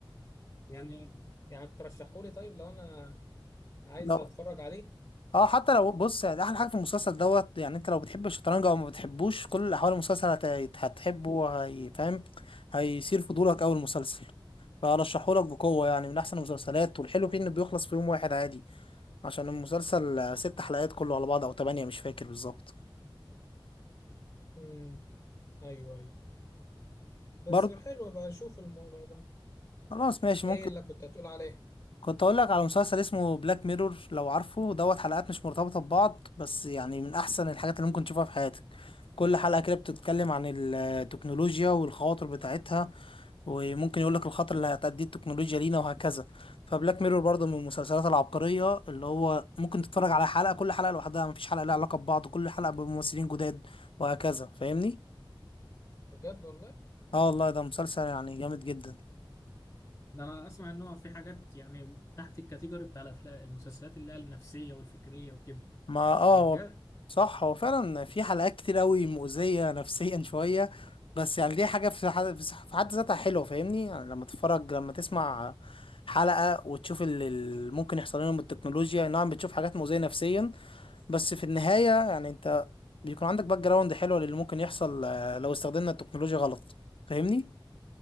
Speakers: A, on the left (about 30°); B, on the left (about 75°).
A: يعني يعني ترشحولي طيب لو انا عايز
B: لو
A: اتفرج عليه
B: اه حتى لو بص يعني احلى حاجه في المسلسل دوت يعني انت لو بتحب الشطرنج او ما بتحبوش كل الاحوال المسلسل هت- هت- هتحبه وهيفهم هيثير فضولك اول المسلسل فارشحهولك بقوه يعني من احسن المسلسلات والحلو فيه انه بيخلص في يوم واحد عادي عشان المسلسل ست حلقات كله على بعض او تمانية مش فاكر بالظبط
A: امم ايوه ايوه بس
B: برضه
A: حلو بقى اشوف الموضوع ده
B: خلاص ماشي
A: ايه
B: ممكن
A: اللي كنت هتقول عليه
B: كنت اقول لك على مسلسل اسمه بلاك ميرور لو عارفه دوت حلقات مش مرتبطة ببعض بس يعني من احسن الحاجات اللي ممكن تشوفها في حياتك كل حلقة كده بتتكلم عن <hesitation> التكنولوجيا والخواطر بتاعتها وممكن يقول لك الخطر اللي هتأديه التكنولوجيا لينا وهكذا فبلاك ميرور برضه من المسلسلات العبقرية اللي هو ممكن تتفرج على حلقة كل حلقة لوحدها مفيش حلقة لها علاقة ببعض كل حلقة بممثلين جداد وهكذا فاهمني
A: بجد والله
B: اه والله ده مسلسل يعني جامد جدا
A: ده انا اسمع ان هو في حاجات يعني تحت الكاتيجوري بتاع الافلام المسلسلات اللي هي النفسيه والفكريه وكده
B: ما اه
A: ده بجد
B: هو صح هو فعلا في حلقات كتير قوي مؤذية نفسيا شوية بس يعني دي حاجة في حد في حد ذاتها حلوة فاهمني يعني لما تتفرج لما تسمع حلقة وتشوف اللي اللي ممكن يحصل لنا من التكنولوجيا نعم بتشوف حاجات مؤذية نفسيا بس في النهاية يعني انت بيكون عندك باك جراوند حلوة للي ممكن يحصل آه، لو استخدمنا التكنولوجيا غلط فاهمني؟